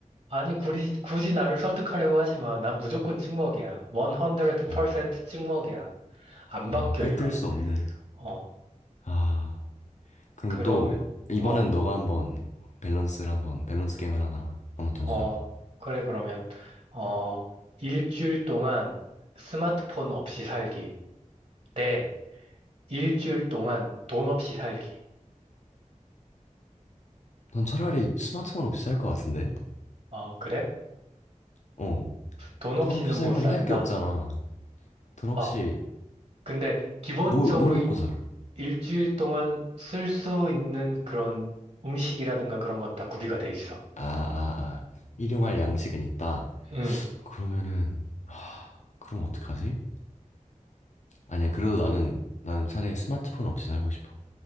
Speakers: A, on the right; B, on the left.
A: 아니, 굳이, 굳이 나를 설득하려고 하지 마. 난 무조건 찍먹이야. 100%
B: 아,
A: 찍먹이야. 안
B: 아,
A: 바뀌어,
B: 꿰뚫
A: 이건.
B: 수 없는,
A: 어,
B: 아. 그러면
A: 그러면,
B: 또
A: 어,
B: 이번엔 너가 한번 밸런스를 한번 밸런스 게임을 하나 한번 던져줘봐.
A: 어, 그래, 그러면, 어, 일주일 동안 스마트폰 없이 살기. 네. 일주일 동안 돈 없이 살기.
B: 넌 차라리 스마트폰 없이 살 것 같은데?
A: 어, 그래?
B: 어.
A: 돈 없이는
B: 돈 없이 살면
A: 못 산다.
B: 할 게 없잖아. 돈 없이
A: 어. 근데 기본적으로
B: 뭘, 뭘 먹고
A: 이-
B: 살아?
A: 일주일 동안 쓸 수 있는 그런 음식이라든가 그런 건 다 구비가 돼 있어.
B: 아, 아, 아. 일용할
A: 음.
B: 양식은 있다.
A: 음.
B: 그러면은 하, 그럼 어떡하지? 아니야. 그래도 나는 나는 차라리 스마트폰 없이 살고 싶어.